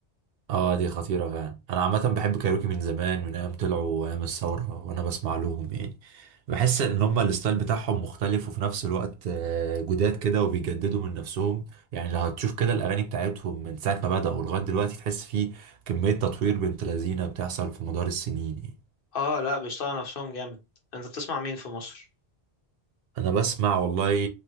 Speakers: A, on the right; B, on the left.
A: اه دي خطيرة فعلا انا عامة بحب كايروكي من زمان من ايام طلعوا ايام الثورة وانا بسمع لهم يعني بحس ان هما الستايل بتاعهم مختلف وفي نفس الوقت آه، جداد كده وبيجددوا من نفسهم يعني لو هتشوف كده الاغاني بتاعتهم من ساعة ما بدأوا لغاية دلوقتي تحس في كمية تطوير بنت لذينة بتحصل في مدار السنين يعني
B: آه لأ بيشتغلوا نفسهم جامد أنت بتسمع مين في مصر؟
A: انا بسمع والله